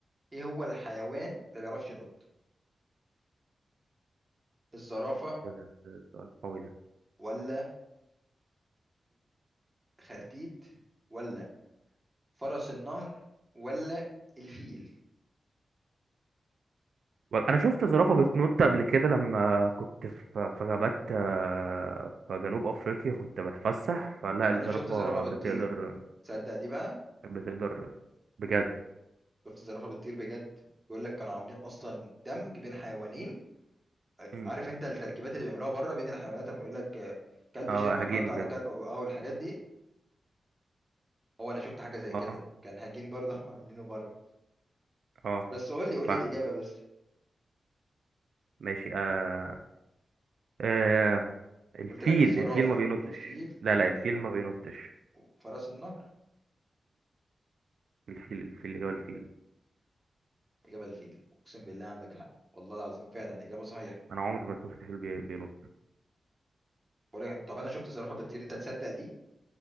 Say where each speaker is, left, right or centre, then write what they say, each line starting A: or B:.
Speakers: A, on the right (about 15°); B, on the right (about 80°).
A: إيه هو الحيوان اللي ما بيعرفش ينط الزرافة
B: ده السؤال القوي ده
A: ولا الخرتيت ولا فرس النهر ولا الفيل
B: انا شفت زرافه بتنط قبل كده لما كنت في في غابات آه، في جنوب افريقيا كنت بتفسح فلا
A: وأنا
B: الزرافه
A: شفت زرافة
B: بتقدر
A: بتطير تصدق دي بقى
B: بتقدر بجد
A: شفت زرافة بتطير بجد بيقول لك كانوا عاملين أصلا دمج بين حيوانين
B: مم.
A: عارف انت التركيبات اللي بيعملوها بره بين الحيوانات لما يقول لك كلب
B: اه
A: جيرمان
B: هجين
A: نط
B: وكده
A: على كلب او أو الحاجات دي هو انا شفت حاجه زي كده
B: اه
A: كان هجين برضه <laughs> هم عاملينه بره
B: اه
A: بس قول لي قول
B: فاهم
A: لي الاجابه بس
B: ماشي آه. آه. الفيل
A: قلت لك الزرافه
B: الفيل ما بينطش
A: والفيل
B: لا لا
A: وال-
B: الفيل ما بينطش
A: وفرس النهر
B: الفيل الفيل اللي هو الفيل
A: اجابه الفيل اقسم بالله عندك حق والله العظيم فعلا اجابه صحيحه
B: انا عمري ما شفت فيل بي- بينط
A: بقول لك طب انا شفت زرافه بتطير انت تصدق دي